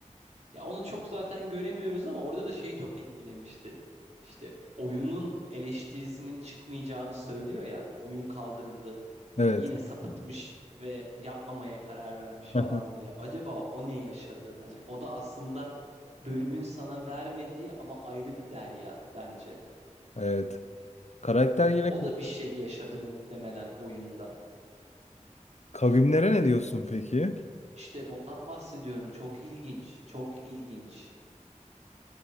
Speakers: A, on the right (about 60°); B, on the left (about 60°).
A: Ya onu çok zaten göremiyoruz ama orada da şey çok etkilemişti. İşte oyunun eleştirisinin çıkmayacağını söylüyor ya hani oyun kaldırıldı.
B: Evet.
A: Yine sapıtmış ve yapmamaya karar vermiş
B: <laughs>
A: falan diye. Acaba o ne yaşadı? Hani o da aslında bölümün sana vermediği ama ayrı bir derya bence.
B: Evet. Karakter yine
A: Ya o da bir şey yaşadı muhtemelen oyunda.
B: kavimlere ne diyorsun peki?
A: İşte ondan bahsediyorum. Çok ilginç, çok ilginç.